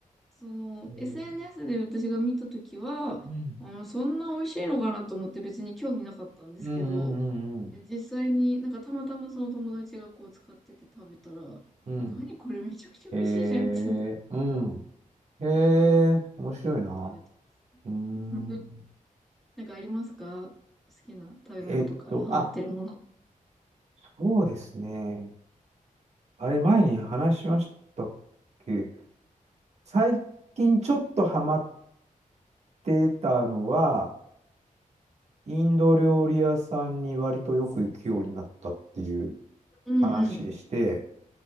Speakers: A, in the centre; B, on the right.
A: その、
B: へえ
A: SNS で私が見たときは、
B: うん。
A: あの、そんな美味しいのかなと思って別に興味なかったんですけど、
B: うんうんうんうん。
A: で実際になんかたまたまその友達がこう使ってて食べたら、
B: うん。
A: 何これめちゃくちゃ美味しいじゃんって
B: へえ、うん。へえ、
A: で、ハマって
B: 面白いな。
A: 食べてます。
B: うーん。
A: <laughs> なんかありますか好きな食べ物とか、
B: えっと、
A: ハマってるもの。
B: あ、そうですね。あれ、前に話しましたっけ最近ちょっとハマってたのは、インド料理屋さんに割とよく行くようになったっていう
A: うんうん。
B: 話でして、